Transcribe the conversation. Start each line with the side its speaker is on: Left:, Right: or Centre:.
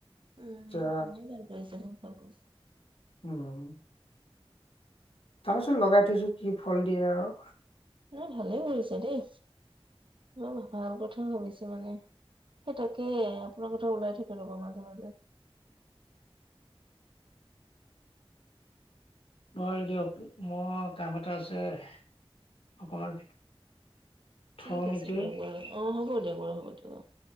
Right: উম
Left: এতিয়া
Right: বহুত ভাল কৰিছে বহুত ভাল কৰিছে।
Left: উম। তাৰ পিছত লগাই থৈছো, কি ফল দিয়ে আৰু।
Right: সেই ভালেই কৰিছা দেই! বৰ ভাল কথা ভাবিছো মানে। সেই তাকেই! আপোনাৰ কথা ওলাই থাকে ৰ'ব মাজে মাজে।
Left: হয় দিয়ক! মোৰ কাম এটা আছে। <unintelligible>
Right: ঠিক
Left: নেকি
Right: আছে দিয়ক বাৰু! অ' হ'ব দিয়ক বাৰু হ'ব দিয়ক।